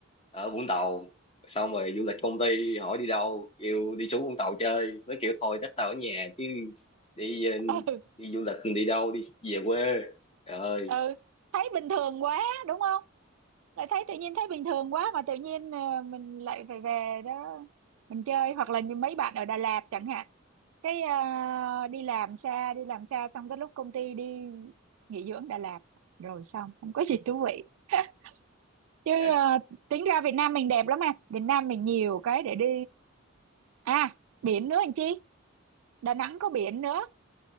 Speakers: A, on the left; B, on the right.
A: ở Vũng Tàu xong rồi du lịch công ty hỏi đi đâu kêu đi xuống Vũng Tàu chơi nó kiểu thôi chắc tao ở nhà chứ đi ờ,
B: ừ
A: đi du lịch đi đâu đi về quê trời ơi
B: ừ thấy bình thường quá đúng không lại thấy tự nhiên thấy bình thường quá mà tự nhiên ờ, mình lại phải về đó mình chơi hoặc là như mấy bạn ở Đà Lạt chẳng hạn cái ờ, đi làm xa đi làm xa xong cái lúc công ty đi nghỉ dưỡng Đà Lạt rồi xong không có gì thú vị <laughs> chứ
A: dạ
B: ờ, tính ra Việt Nam mình đẹp lắm mà Việt Nam mình nhiều cái để đi à biển nữa anh chị Đà Nẵng có biển nữa